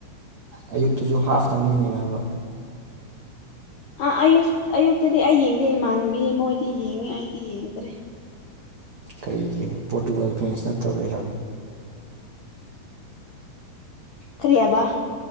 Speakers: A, on the right; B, on the left.
A: ꯑꯌꯨꯛꯇꯁꯨ ꯍꯥꯐꯇꯪ ꯌꯦꯡꯅꯤꯔꯕ
B: ꯑꯥ ꯑꯌꯨ ꯑꯌꯨꯛꯇꯗꯤ ꯑꯩ ꯌꯦꯡꯒꯦ ꯏꯃꯥꯟꯅꯕꯤ ꯃꯣꯏꯗꯤ ꯌꯦꯡꯉꯦ ꯑꯩꯗꯤ ꯌꯦꯡꯗ꯭ꯔꯦ
A: ꯀꯩꯒꯤ ꯄꯣꯔꯇꯨꯒꯜ ꯐ꯭ꯔꯦꯟꯁ ꯅꯠꯇꯕꯩꯔꯥ
B: ꯀꯔꯤ ꯍꯥꯏꯕ